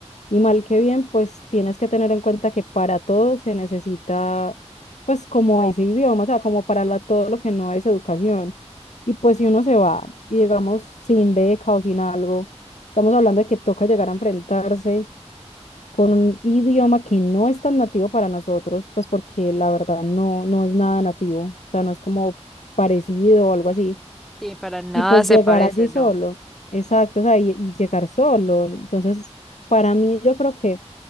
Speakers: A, on the left; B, in the centre.
A: y mal que bien, pues tienes que tener en cuenta que para todo se necesita, pues como ese idioma, o sea, como para la- todo lo que no es educación. Y pues si uno se va y digamos sin beca o sin algo, estamos hablando de que toca llegar a enfrentarse con un idioma que no es tan nativo para nosotros, pues porque la verdad no, no es nada nativo, o sea, no es como parecido o algo así.
B: sí, para nada
A: Y pues
B: se
A: llegar
B: parece,
A: allí solo,
B: ¿no?
A: exacto, o sea, y, y llegar solo. Entonces, para mí yo creo que